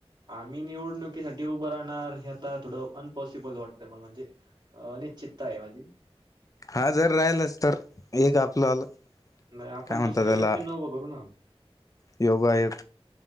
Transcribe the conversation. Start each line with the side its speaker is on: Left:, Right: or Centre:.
Right: आम्ही निवडणुकीसाठी उभं राह णार हे आता थोडं अनपॉसिबल वाटतं म्हणजे अनिश्चितता आहे आम्ही
Left: हा जर राहिलच तर एक आपलं आलं
Right: नाही आपण
Left: काय म्हणत्यात
Right: दुसऱ्या
Left: याला
Right: व्यक्तींना उभं करू ना
Left: योगायोग,